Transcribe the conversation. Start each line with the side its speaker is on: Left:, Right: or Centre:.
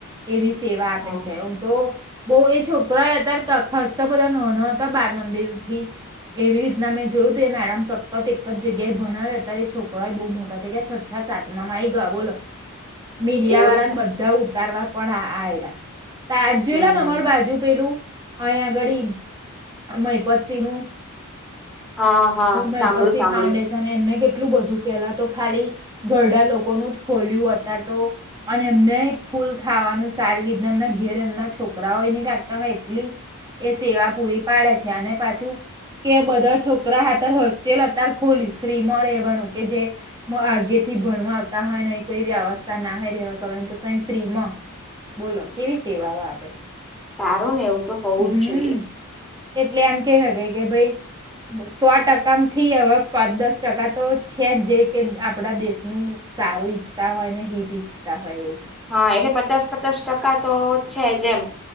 Right: એવી સેવા આપે
Centre: હા
Right: છે હું તો બહુ એ છોકરા અત્યારે ખસતા બધા ન ના હતા બાર મંદિરથી એવી રીતના મેં જોયું તું એ મેડમ સતત એક જગ્યાએ ભણાવે અત્યારે છોકરાય બહુ મોટા થયા કે છઠ્ઠા સાતવામા આઈ ગયા બોલો.
Centre: <inaudible>
Right: મીડિયા
Centre: એવું
Right: વાળાને
Centre: છે
Right: બધા ઉતારવા પણ આવેલા. તાજ
Centre: હમ
Right: જોયેલાને અમારા બાજુ પેલું. અહીં આગડી મહીપત સિંહ નું
Centre: હા હા
Right: મિહીપત
Centre: સાંભળ્યું સાંભળ્યું
Right: ફાઉન્ડેશન એમને કેટ એટલું બધું પેલા તો ખાલી ઘરડા લોકોનું જ ખોલ્યું અતાર તો અને એમને ફૂલ ખાવાનું સારી રીતના એમના ઘેર એમના છોકરાઓ નહીં લાગતા હોય એટલી એ સેવા પૂરી પાડે છે, અને પાછું કે બધા છોકરા અતાર હોસ્ટેલ અત્યારે ખુલી ફ્રી માં રહેવાનું કે જે આગે થી ભણવા આવતા હોય, ન કોઈ વ્યવસ્થ ના હોય. એવા કરવાની તો તે ફ્રીમાં બોલો કેવી સેવાઓ આપે.
Centre: સારું ને એવું તો હોવું
Right: હમ્મ,
Centre: જ જોઈએ
Right: એટલે આમ કે હગ કે ભાઈ સો ટકાથી હવે પાચ દસ ટકા તો છે જ જે કે આપણા દેશનું સારું ઈચ્છતા હોય ને હિત ઈચ્છતા હોય એવું.
Centre: હા એટલે પચાસ પચાસ ટકા તો છે જે એમ